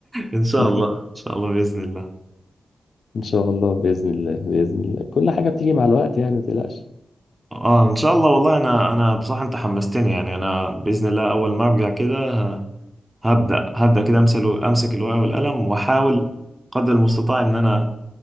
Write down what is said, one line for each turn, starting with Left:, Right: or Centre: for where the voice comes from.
Right: ان شاء
Left: <laughs>
Right: الله ان شاء الله باذن الله
Left: ان شاء الله بإذن الله بإذن الله كل حاجة بتيجي مع الوقت يعني ما تقلقش
Right: اه ان شاء الله والله انا انا بصراحه انت حمستني يعني انا باذن الله اول ما ارجع كده هبدأ هبدأ كده امسك امسك الورقة والقلم واحاول قدر المستطاع ان انا